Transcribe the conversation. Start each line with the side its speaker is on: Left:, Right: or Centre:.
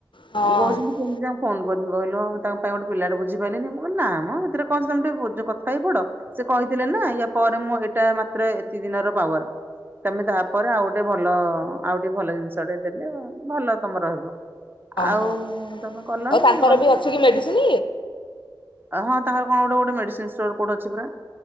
Left: ହଁ ହଁ
Right: ଇଏ କହୁଛନ୍ତି। କେମିତି ତାଙ୍କୁ ଫୋନ୍ କରିବି କହିଲ ତମେ ତ ଗୋଟେ ପିଲାଟେ ବୁଝି ପାରିଲିନି ମୁଁ କହିଲି ନା ମ ସେଥିରେ କଣ ଅଛି ତମେ ଟିକେ କଥା ହେଇ ପଡ଼। ସେ କହିଥିଲେ ନା ୟା ପରେ ମୁଁ ଏଟା ମାତ୍ର ଏତିିକି ଦିନର ପାୱାର। ତମେ ତାପରେ ଆଉ ଗୋଟେ ଭଲ ଆଉ ଗୋଟେ ଭଲ ଜିନିଷଟେ ଦେଲେ ଭଲ ତମର ହବ। ଆଉ
Left: ହଁ।
Right: ତମେ କଲନି
Left: ଆଉ ତାଙ୍କର
Right: ଗଲନି।
Left: ବି ଅଛି କି ମେଡିସିନ?
Right: ହଁ ତମର କଣ ଗୋଟେ ଗୋଟେ ମେଡିସିନ୍ ଷ୍ଟୋର କୋଉଠି ଅଛି ପରା?